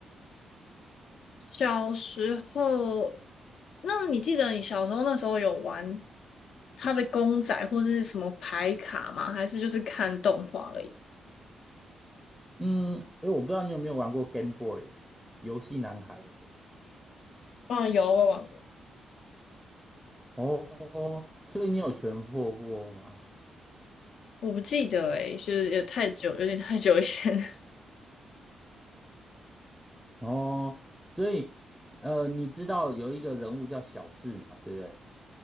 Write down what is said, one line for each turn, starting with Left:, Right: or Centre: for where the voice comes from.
Left: 小时候，那你记得你小时候那时候有玩他的公仔或者是什么牌卡吗？还是就是看动画而已？
Centre: 嗯，诶，我不知道你有没有玩过 Game Boy 游戏男孩
Left: 嗯，有，我有玩过。
Centre: 哦，所以你有全破过吗？
Left: 我不记得诶、就是有太久，有点太久以前了。
Centre: 哦，所以呃，你知道有一个人物叫小智嘛，对不对？